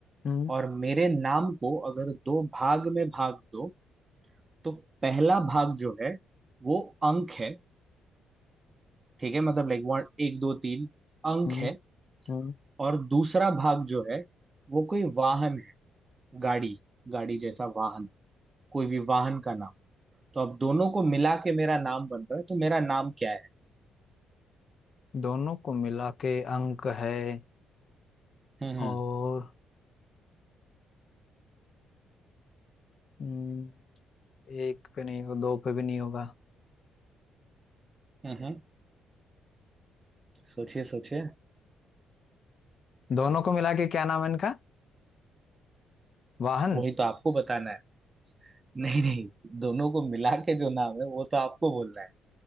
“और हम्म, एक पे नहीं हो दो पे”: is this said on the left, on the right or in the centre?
Left